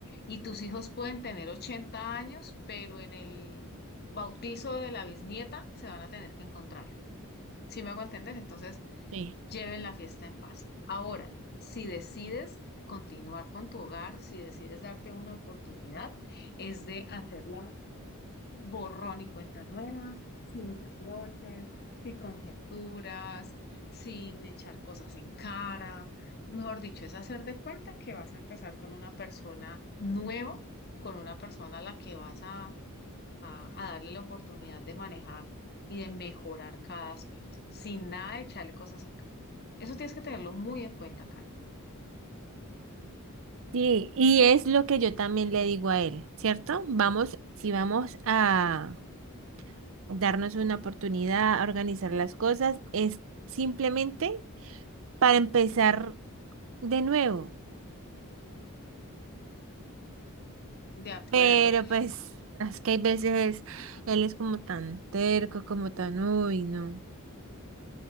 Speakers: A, on the left (about 45°); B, on the right (about 65°).
A: Y tus hijos pueden tener 80 años, pero en el bautizo de la bisnieta se van a tener que encontrar. Si me hago entender? Entonces,
B: Sí.
A: lleven la fiesta en paz. Ahora, si decides continuar con tu hogar, si decides darte una oportunidad, es de hacerla borrón y cuenta nueva, sin reproches, sin conjeturas, sin echar cosas en cara. Mejor dicho, es hacer de cuenta que vas a empezar con una persona nueva, con una persona a la que vas a, a- a darle la oportunidad de manejar y de mejorar cada aspecto, sin nada de echarle cosas en cara. Eso tienes que tenerlo muy en cuenta, Karen.
B: Sí, y es lo que yo también le digo a él, ¿cierto? Vamos, si vamos a darnos una oportunidad, organizar las cosas, es simplemente para empezar de nuevo.
A: De acuerdo.
B: Pero pues <laughs> es que hay veces él es como tan terco, como tan, uy, no.